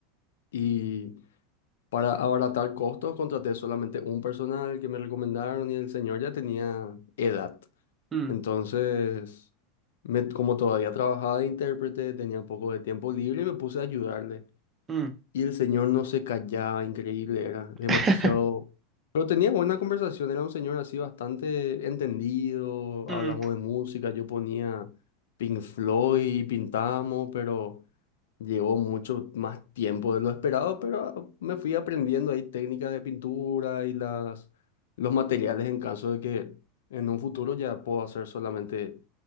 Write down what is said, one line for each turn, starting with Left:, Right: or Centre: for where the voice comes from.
Left: Y para abaratar costos contraté solamente un personal que me recomendaron y el señor ya tenía edad.
Right: Mm,
Left: Entonces, me- como todavía trabajaba de intérprete, tenía un poco de tiempo libre y me puse a ayudarle.
Right: mm,
Left: Y el señor no se callaba, increíble era, demasiado...
Right: <laughs>
Left: Pero tenía buena conversación, era un señor así bastante entendido,
Right: mm.
Left: hablamos de música, yo ponía Pink Floyd y pintamos, pero llevó mucho más tiempo de lo esperado, pero me fui aprendiendo ahí técnicas de pintura y las, los materiales en caso de que en un futuro ya puedo hacer solamente